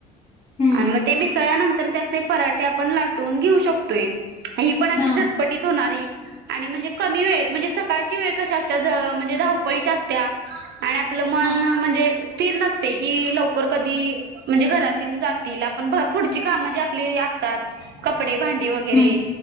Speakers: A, on the left; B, on the right.
A: हम्म
B: आणि मग ते मिसळल्यानंतर त्याचे पराठे आपण लाटून घेऊ शकतोय. ही पण अशी
A: हा
B: झटपटीत होणारी. आणि म्हणजे कमी वेळेत,, म्हणजे सकाळची वेळ कशी असत्या म्हणजे धावपळीची असत्या. आणि आपलं मन
A: हा
B: म्हणजे स्थिर नसऽऽ की लवकर कधी म्हणजे घरातील जातील, आपण पुढची काम म्हणजे आपली. तात, कपडे, भांडी वगैरे.
A: हम्म